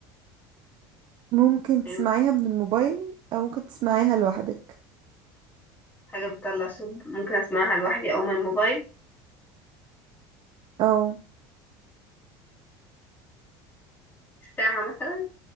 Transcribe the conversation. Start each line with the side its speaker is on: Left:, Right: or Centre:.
Right: ممكن تسمعيها
Left: ايوه
Right: من الموبايل او ممكن تسمعيها لوحدك
Left: حاجة بتطلع صوت ممكن اسمعها لوحدي او من الموبايل
Right: او
Left: الساعة مثلا